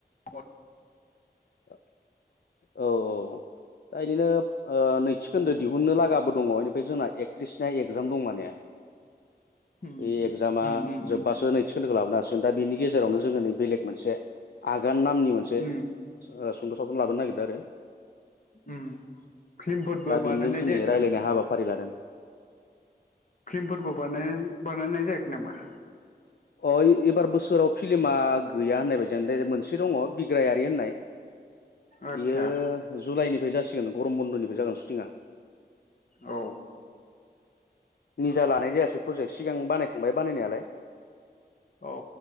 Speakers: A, on the left (about 50°); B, on the left (about 65°).
A: उम
B: ओ औ औ दा इदिनो ओ नैथि खोन्दो दिहुननो लागाबो दङ बेनिफ्राय जोंना एकथ्रिसनि एगजाम दं माने।
A: उम
B: बे एगजामा
A: उम
B: जोब्बासो नैथि खोन्दोखो लाबोनो हागोन दा बेनि गेजेरावनो जोङो नै बेलेक मोनसे आग गान नामनि मोनसे ओ
A: उम
B: हिनजावसाखोनो लाबोनो नागिर दो आरो
A: उम फिल्मफोरबो
B: दा बेनो
A: बानायनाय
B: दिनै
A: जायाखै
B: रायलायनाय
A: नामा?
B: हाबाफारि लादों
A: फिल्मफोरबो बानाय बानायनाय जायाखै नामा?
B: अ एबार बोसोराव फिलिमा गैया होननाय बायदियानो दे मोनसे दङ बिग्रायारि होननाय।
A: आदसा
B: बियो जुलाइनिफ्राय जासिगोन। नो गरम बन्दनिफ्राय जागोन सुटिंआ
A: औ
B: निजा लानाय जायासै प्रजेक्ट सिगां बानायखांबाय बानायनायालाय,
A: औ